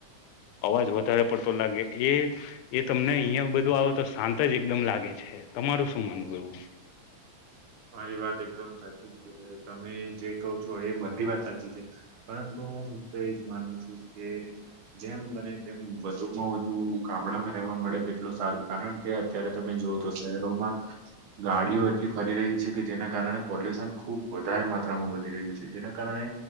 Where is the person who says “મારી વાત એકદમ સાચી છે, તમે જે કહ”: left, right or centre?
Right